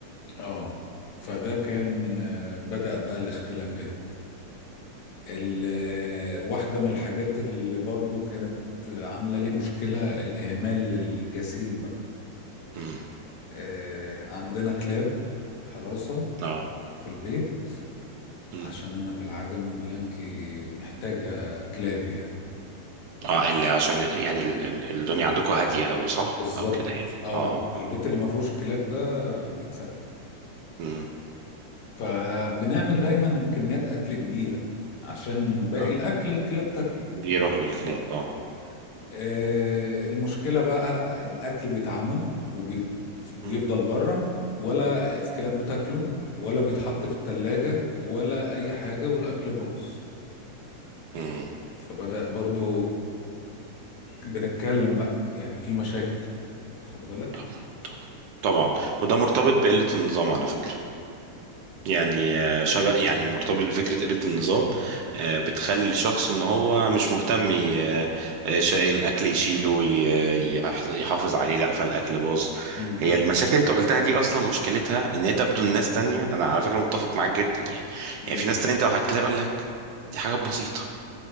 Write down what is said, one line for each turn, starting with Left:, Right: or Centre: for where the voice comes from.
Left: اه فده كان آه، بدأ بقى الاختلافات ال- آه، واحدة من الحاجات اللي برضو كانت عاملة لي مشكلة الإهمال الجسيم بقى
Right: مم.
Left: آه، عندنا كلاب حراسة
Right: اه
Left: في البيت
Right: مم.
Left: عشان أنا في العجمي بيانكي محتاجة كلاب يعني
Right: اه اللي عشان يعني ال- ال- الدنيا عندكم هادية قوي صح
Left: بالظبط
Right: او كده يعني
Left: اه
Right: اه اه
Left: البيت اللي ما فيهوش كلاب ده بيتسرق
Right: مم.
Left: فبنعمل دايما كميات اكل كبيره عشان باقي
Right: اه
Left: الاكل الكلاب تاكله
Right: بيروح
Left: واخد
Right: للكلاب
Left: بالك؟
Right: اه
Left: آه المشكله بقى الاكل بيتعمل وبيفضل
Right: مم.
Left: بره ولا الكلاب بتاكله ولا بيتحط
Right: مم.
Left: في التلاجة ولا اي حاجه والاكل باظ
Right: مم.
Left: فبدأ برضو بنتكلم بقى يعني في مشاكل واخد بالك
Right: طب طبعا وده مرتبط بقلة النظام على فكرة يعني آه، شبه يعني مرتبط بفكرة قلة النظام آه، بتخلي الشخص ان هو مش مهتم ي- آه، آه، شايل الاكل يشيله ي- يح- يحافظ عليه لا فالاكل باظ
Left: امم
Right: هي المشاكل اللي انت قلتها دي اصلا مشكلتها ان هي تبدو لناس تانية انا على فكرة متفق معاك جدا يعني
Left: امم
Right: يعني في ناس تانية انت لو حكيت لها يقول لك دي حاجات بسيطة